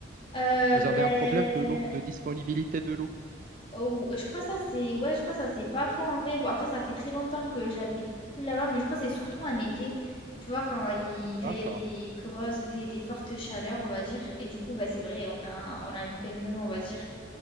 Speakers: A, on the left; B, on the right.
A: Euh,
B: Vous
A: ben,
B: avez un problème de l'eau, de disponibilité de l'eau.
A: Oh, je crois ça c'est ouais, je crois ça c'est pas faux en vrai. Bon, après ça fait très longtemps que j'habite plus là-bas, mais je crois que c'est surtout en été. Tu vois quand il
B: D'accord,
A: quand il y a des grosses des, des fortes chaleurs, on va dire, et du coup bah c'est vrai, on a on a une pénurie, on va dire.